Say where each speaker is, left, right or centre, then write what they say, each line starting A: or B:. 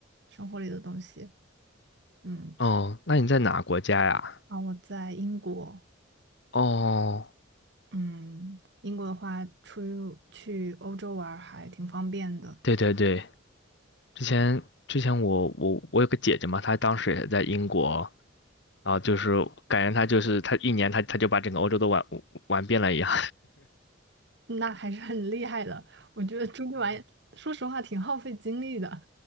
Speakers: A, on the right (about 55°); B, on the left (about 60°).
A: 生活里的东西。嗯，
B: 哦，那你在哪国家呀？
A: 然后我在英国，
B: 哦，
A: 嗯，英国的话出去欧洲玩儿还挺方便的。
B: 对对对，之前之前我我我有个姐姐嘛，她当时也在英国，然后就是感觉她就是她一年她她就把整个欧洲都玩玩遍了一样。
A: 那还是很厉害的。我觉得出去玩，说实话挺耗费精力的。